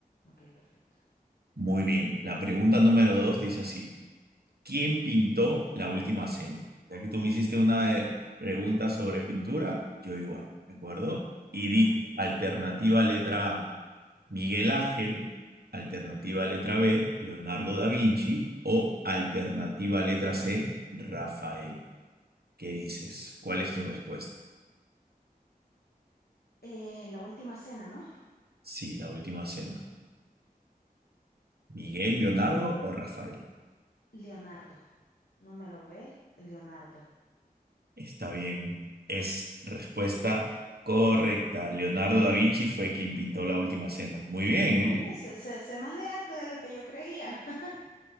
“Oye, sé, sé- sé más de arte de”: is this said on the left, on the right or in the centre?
Left